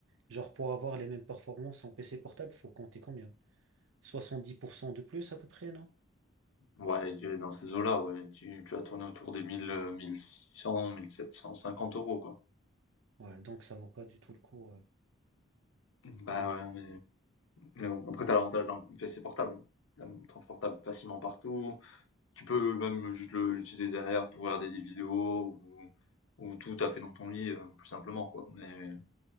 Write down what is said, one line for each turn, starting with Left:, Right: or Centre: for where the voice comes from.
Right: genre pour avoir les mêmes performances en PC portable, faut compter combien? soixante-dix pour cent de plus à peu près, non?
Left: Ouais, tu dans ces eaux-là, ouais, tu tu vas tourner autour des 1000, heu, mille sept cent cinquante euros quoi.
Right: Ouais, donc ça vaut pas du tout le coup. Ouais,
Left: Bah
Right: Hmm.
Left: ouais, mais Mais bon, après, t'as l'avantage d'un PC portable, quand même, transportable facilement partout. Tu peux même juste le- l'utiliser derrière pour regarder des vidéos ou, ou tout à fait dans ton lit, euh, plus simplement, quoi. Mais,